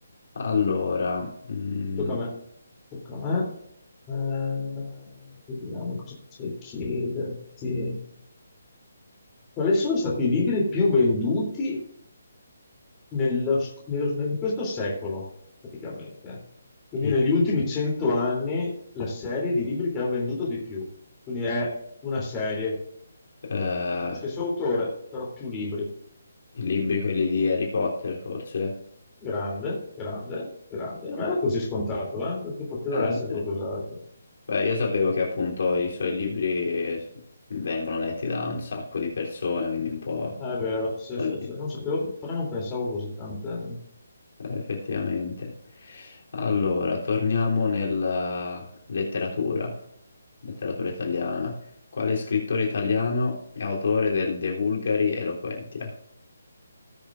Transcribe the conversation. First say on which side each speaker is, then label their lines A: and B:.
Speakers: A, on the left; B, on the left.
A: Allora, mm,
B: Tocca a me. Tocca a me. Eh, vediamo cosa potrei chiederti. Quali sono stati i libri più venduti nello sc- nello- nel- in questo secolo, praticamente? Quindi
A: i,
B: negli ultimi 100 anni la serie di libri che ha venduto di più. Quindi è una serie,
A: eh,
B: lo stesso autore, però più libri.
A: i libri quelli di Harry Potter, forse?
B: Grande, grande, grande. Non era così scontato, eh, perché poteva
A: Eh,
B: essere qualcos'altro.
A: Beh, io sapevo che appunto i suoi libri vengono letti da un sacco di persone, quindi un po'
B: Ah, È vero, sì,
A: da
B: sì,
A: lì,
B: sì. Non sapevo, però non pensavo così tante.
A: eh, effettivamente. Allora, torniamo nella letteratura, letteratura italiana. Quale scrittore italiano è autore del De Vulgari Eloquentia?